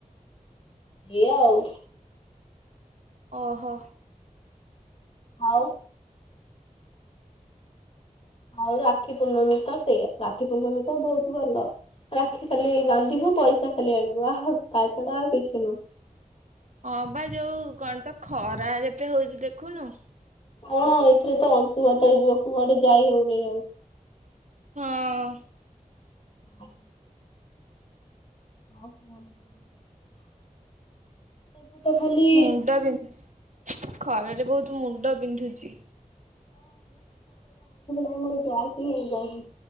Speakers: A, on the left (about 40°); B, on the right (about 60°).
A: ଏଇଆ ଆଉ
B: ଓ ହୋ।
A: ଆଉ ଆଉ ରାକ୍ଷୀ ପୂର୍ଣ୍ଣମୀ ତ ସେଇଆ ରାକ୍ଷୀ ପୂର୍ଣ୍ଣମୀ ତ ବହୁତ ଭଲ। ରାକ୍ଷୀ ଖାଲି ବାନ୍ଧିବୁ ପଇସା ଖାଲି ଆଣିବୁ ଆହ ତା ଛଡା ଆଉ କିଛି ନୁହଁ।
B: ହଁ ବା ଯୋଉ କଣ ତ ଖରା ଯେତେ ହଉଚି ଦେଖୁନୁ
A: ହଁଁ ଏଥିରେ ତ ଅଂଶୁଘାତ ହେଇଯିବ କୁଆଡେ ଯାଇ ହଉନି ଆଉ।
B: ହଁ।
A: ହଁ ହଁ <unintelligible> ଏବେ ତ ଖାଲି
B: ମୁଣ୍ଡ ବିନ୍ଧୁ ଖରାରେ ବହୁତ ମୁଣ୍ଡ ବିନ୍ଧୁଚି।
A: ଏ ମୋର ଯାଇକି ହେଇଯାଇଚି